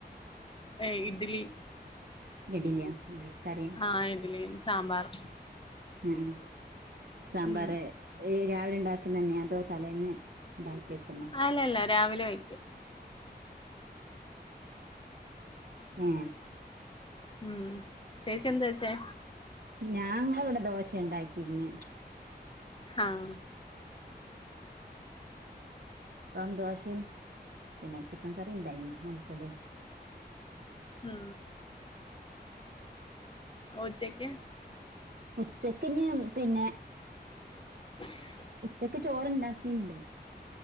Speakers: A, on the left; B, on the right.
A: ഏഹ് ഇഡ്ലി.
B: ഇഡില്യ മ് കറി.
A: ആഹ് ഇഡ്ലിയും സാമ്പാറും.
B: ഉം സാമ്പാർ.
A: ഉം
B: ഏഹ് രാവിലെ ഇണ്ടാക്ക്ന്നെയ അതോ തലേന്ന് ഇണ്ടാക്കി വെക്കുന്നൊ.
A: അല്ല അല്ല രാവിലെ വയ്ക്കും.
B: ഏഹ്.
A: ഉം ചേച്ചി എന്താവച്ചേ.
B: ഞ്ഞാങ്ങളിവിടെ ദോശ ഇണ്ടാക്കി ഇന്ന്
A: ആഹ്.
B: ഇപ്പം ദോശേം പിന്നെ ചിക്കൻ കറി ഇണ്ടായിന്നു ഇന്നൽത്തത്.
A: മ് ഉച്ചയ്ക്ക്
B: ഉച്ചക്കിനി പിന്നെ.
A: <unintelligible>
B: ഉച്ചക്ക് ചോറുണ്ടാക്കിണ്ട്